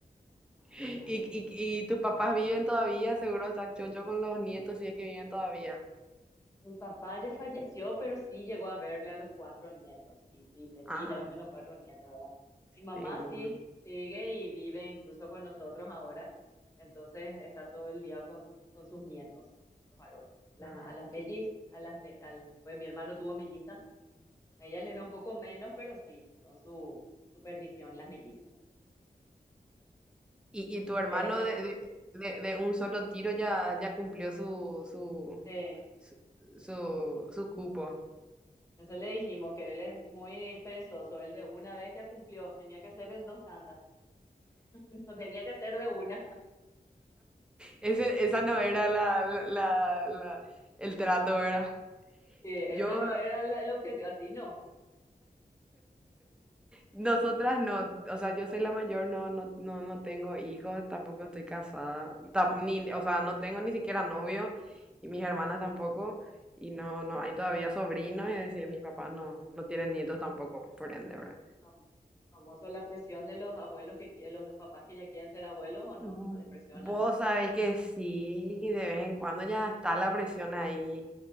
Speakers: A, in the centre; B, on the left.
A: Y, y, y tus papás viven todavía, seguro están chocho con los nietos si es que viven todavía.
B: Mi papá ya falleció, pero sí llegó a verle a los cuatro nietos. Y sí, feliz
A: Ah,
B: él con los cuatro nietos, ¿verdad? Mi mamá
A: seguro.
B: sí sigue y vive incluso con nosotros ahora. Entonces está todo el día con, con sus nietos, con los varones. Las,
A: Ah,
B: a las mellizas,
A: qué-
B: a las, me- al, pues mi hermano tuvo mellizas. A ella les ve un poco menos, pero sí, son su, su perdición las mellizas.
A: Y, y tu hermano
B: Ustedes ya,
A: de, de- de- de un solo tiro ya, ya cumplió su, su,
B: eh,
A: su, su- su cupo.
B: eso le dijimos, que él es muy perezoso. Él de una vez ya cumplió, tenía que hacer en dos tandas, <laughs> no tenía que hacer de una.
A: Ese, esa no era la, la, la- la- el trato, ¿verdad?
B: Eh,
A: Yo
B: ese no era la- el objetivo, así no.
A: Nosotras no, o sea, yo soy la mayor, no, no, no, no tengo hijos, tampoco estoy casada, tam- ni, o sea, no tengo ni siquiera novio, y mis hermanas tampoco, y no, no hay todavía sobrinos, y decir, mis papás no, no tienen nietos tampoco, por ende, ¿verdad?
B: Fam- Famoso la presión de los abuelos que qui- los papás que ya quieren ser abuelos o no,
A: Mm,
B: no les presionan.
A: Vos sabés que sí, de vez en cuando ya está la presión ahí,